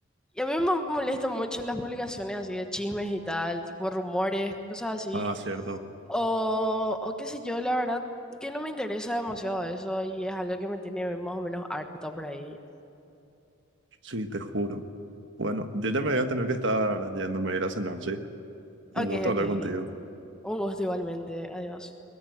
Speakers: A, in the centre; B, on the right (about 55°).
A: y a mí me molestan mucho las publicaciones así de chismes y tal, tipo rumores, cosas así.
B: Ah, cierto.
A: O, o qué sé yo, la verdad que no me interesa demasiado eso y es algo que me tiene más o menos harta por ahí.
B: Sí, te juro. Bueno, yo ya me voy a tener que estar yéndome a ir a cenar, sí. Un
A: Ok,
B: gusto
A: ok,
B: hablar
A: ok.
B: contigo.
A: Un gusto igualmente. Adiós.